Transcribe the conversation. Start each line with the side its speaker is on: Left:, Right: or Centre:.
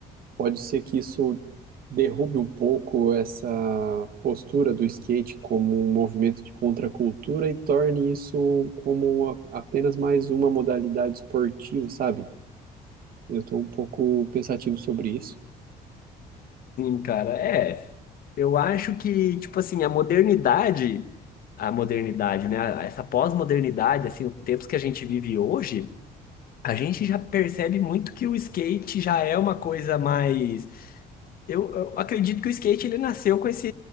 Right: Pode ser que isso derrube um pouco essa postura do skate como um movimento de contracultura e torne isso como a- apenas mais uma modalidade esportiva, sabe? Eu estou um pouco pensativo sobre isso.
Left: sim, cara. É, eu acho que, tipo assim, a modernidade, a modernidade, né? a- Essa pós-modernidade, assim, os tempos que a gente vive hoje, a gente já percebe muito que o skate já é uma coisa mais Eu, eu acredito que o skate ele nasceu com esse